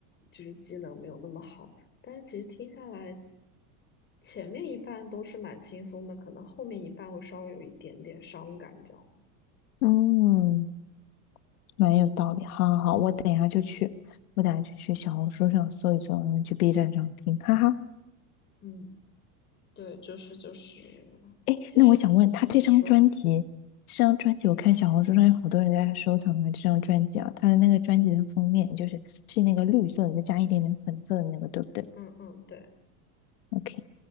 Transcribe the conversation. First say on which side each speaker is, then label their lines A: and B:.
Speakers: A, on the left; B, on the left.
A: 就是机能没有那么好，但是其实听下来。前面一半都是蛮轻松的，可能后面一半会稍微有一点点伤感，这样。
B: <laughs> 嗯，蛮有道理。好好好，我等一下就去，我等一下就去小红书上搜一搜，然后去 B 站上听。哈哈。
A: 嗯，对，就是就是，
B: 哎，
A: 其实嗯你说，
B: 那我想问他这张专辑，这张专辑我看小红书上有好多人在收藏啊，这张专辑啊，他的那个专辑的封面就是是那个绿色的，再加一点点粉色的那个，对不对
A: 嗯嗯，对，
B: ？OK，